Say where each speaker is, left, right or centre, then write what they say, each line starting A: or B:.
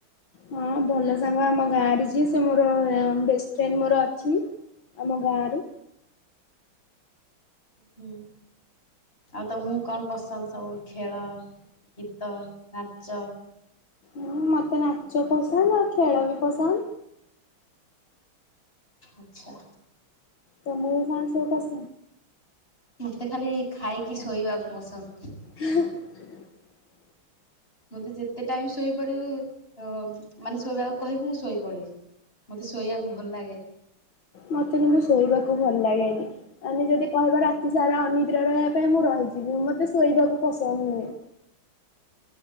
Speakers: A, on the left; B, on the left.
A: ହଁ ଭଲ ସାଙ୍ଗ ଆମ ଗାଁରେ ଯି ସେ ମୋର ବେଷ୍ଟ ଫ୍ରେଣ୍ଡ ମୋର ଅଛି ଆମ ଗାଁ ର
B: ହୁଁ ଆଉ ତ ମୁଁ କଣ ପସନ୍ଦ ସବୁ ଖେଳ ଗୀତ ନାଚ
A: ହଁ ମତେ ନାଚ ପସନ୍ଦ ଆଉ ଖେଳ ବି ପସନ୍ଦ।
B: ଆଚ୍ଛା।
A: ତ ମୁଳ ଫଣ ସଟସ
B: ମତେ ଖାଲି ଖାଇକି ଶୋଇବାକୁ ପସନ୍ଦ।
A: <unintelligible>
B: ମୋତେ ଯେତେ ଟାଇମ ଶୋଇପଡ଼ିବୁ ମାନେ ଶୋଇବାକୁ କହିବୁ ମୁଁ ଶୋଇପଡ଼ିବି ମୋତେ ଶୋଇବାକୁ ଭଲ ଲାଗେ।
A: ମତେ କିନ୍ତୁ ଶୋଇବାକୁ ଭଲ ଲାଗେନି ମାନେ ଯଦି କହିବା ରାତି ସାରା ଅନିଦ୍ରା ରହିବା ପାଇଁ ମୁଁ ରହିଛିିବି ମତେ ଶୋଇବାକୁ ପସନ୍ଦ ନୁହେଁ।